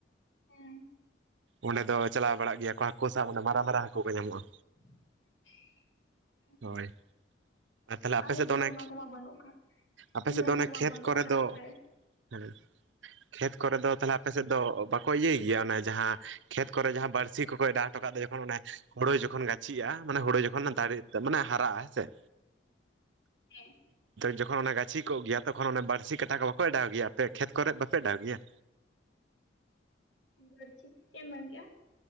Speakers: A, on the left; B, on the right.
A: ᱦᱮᱸ
B: ᱚᱸᱰᱮ ᱫᱚ ᱪᱟᱞᱟᱣ ᱵᱟᱲᱟᱜ ᱜᱮᱭᱟ ᱠᱚ ᱦᱟᱹᱠᱩ ᱥᱟᱵ ᱚᱱᱮ ᱢᱟᱨᱟᱝ ᱢᱟᱨᱟᱝ ᱦᱟᱹᱠᱩ ᱠᱚ ᱧᱟᱢᱚᱜ-ᱟ᱾
A: <unintelligible>
B: ᱦᱳᱭ᱾ ᱟᱨ ᱛᱟᱦᱚᱞᱮ
A: ᱟᱞᱮ
B: ᱟᱯᱮ ᱥᱮᱫ ᱫᱚ ᱚᱱᱮ,
A: ᱚᱱᱟ ᱠᱚᱢᱟ ᱵᱟᱹᱱᱩᱜ ᱠᱟᱜ
B: ᱟᱯᱮ ᱥᱮᱫ
A: ᱰᱮᱢ
B: ᱫᱚ ᱚᱱᱮ
A: ᱠᱚᱢᱟ
B: ᱠᱷᱮᱛ
A: ᱵᱟᱹᱱᱩᱜ
B: ᱠᱚᱨᱮ
A: ᱠᱟᱜᱼᱟ
B: ᱫᱚ
A: ᱥᱮ
B: ᱦᱮᱸ ᱠᱷᱮᱛ ᱠᱚᱨᱮ ᱫᱚ ᱛᱟᱦᱚᱞᱮ ᱟᱯᱮ ᱥᱮᱫ ᱫᱚ ᱵᱟᱠ ᱠᱚ ᱤᱭᱟᱹ ᱜᱮᱭᱟ ᱚᱱᱮ ᱡᱟᱦᱟᱸ ᱠᱷᱮᱛ ᱠᱚᱨᱮ ᱡᱟᱦᱟᱸ ᱵᱟᱹᱲᱥᱤ ᱠᱚᱠᱚ ᱮᱰᱟ ᱦᱚᱴᱚᱠᱟᱜ‌ ᱫᱚ ᱡᱚᱠᱷᱚᱱ ᱚᱱᱮ ᱦᱩᱲᱩ ᱡᱚᱠᱷᱚᱱ ᱜᱟ ᱪᱷᱤᱜᱼᱟ, ᱢᱟᱱᱮ ᱦᱳᱲᱳ ᱡᱚᱠᱷᱚᱱ ᱫᱟᱨᱮ ᱢᱟᱱᱮ ᱦᱟᱨᱟᱜ-ᱟ ᱦᱮᱸᱥᱮ?
A: ᱦᱮᱸ᱾
B: ᱡᱚᱠᱷᱚᱱ ᱚᱱᱟ ᱜᱟᱪᱷᱤ ᱠᱚᱜ ᱜᱮᱭᱟ ᱛᱚᱠᱷᱚᱱ ᱚᱱᱟ ᱵᱟᱹᱲᱥᱤ ᱠᱟᱴᱟ ᱠᱚ ᱵᱟᱠᱚ ᱚᱰᱟᱣ ᱜᱮᱭᱟ ᱟᱯᱮ ᱠᱷᱮᱛ ᱠᱚᱨᱮ ᱵᱟᱯᱮ ᱚᱰᱟᱣ ᱜᱮᱭᱟ?
A: ᱵᱟᱹᱲᱥᱤ ᱪᱮᱫ ᱮᱢ ᱢᱮᱱ ᱠᱮᱜᱼᱟ?